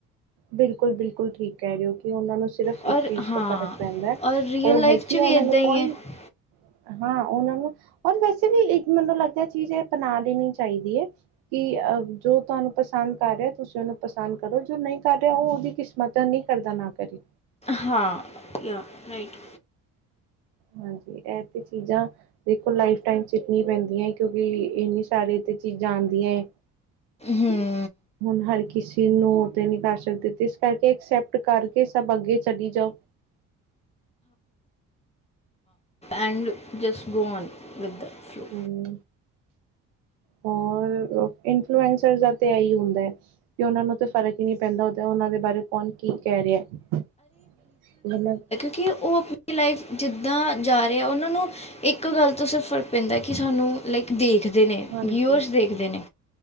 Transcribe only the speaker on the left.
ਔਰ
ਹਾਂ
ਔਰ ਰੀਅਲ
ਲਾਈਫ
'ਚ
ਵੀ ਇੱਦਾਂ
ਹੀ
ਹੈ
ਹਾਂ, ਯ, ਰਾਈਟ।
ਹਮ।
And just go on with the flow.
ਕਿ ਉਹ ਆਪਣੀ ਲਾਈਫ ਜਿੱਦਾਂ ਜਾ ਰਿਹਾ ਆ। ਉਹਨਾਂ ਨੂੰ‌ ਇੱਕ ਗੱਲ ਤੋਂ ਸਿਰਫ ਫ਼ਰਕ ਪੈਂਦਾ ਕਿ ਸਾਨੂੰ ਲਾਈਕ ਦੇਖਦੇ ਨੇ
ਵਿਅਸ ਦੇਖਦੇ ਨੇ